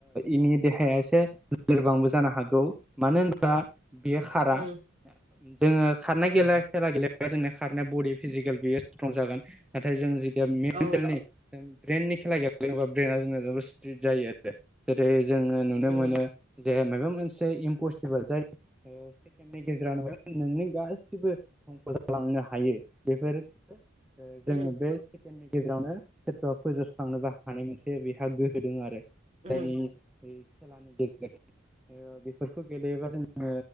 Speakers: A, in the centre; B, on the right.
A: इनि देहाया एसे लोरबांबो जानो हागौ मानो होनोबा बेयो खारा।
B: उम
A: जोङो खारनाय
B: उम
A: गेले खेला गेले जोंनि खारनाया बडि फिजिकेल बियो स्ट्रं जागोन नाथाय जों जि मेन्टेल
B: औ
A: नि ब्रेननि खेला गेलेयो ब्रेना जों ना स्ट्रिक जायो आरो। जेरै जोङो नुनो
B: उम
A: मोनो दे माबा मोनसे इमपसिबोल जाय ओ सेकेन्दनि गेजेरनो नोंनि गासिबो। ख' जालांनो हायो। बेफोर ओ जोङो
B: उम
A: बे सेकेणडनि गेजेरावनो सोरबा फोजोबस्रांनोबो हानाय मोनसे बेहा गोहो दङ आरो।
B: उम
A: जायनि बे खेलानि गेजेरजों । बेफोरखौ गेलेयोबा जोङो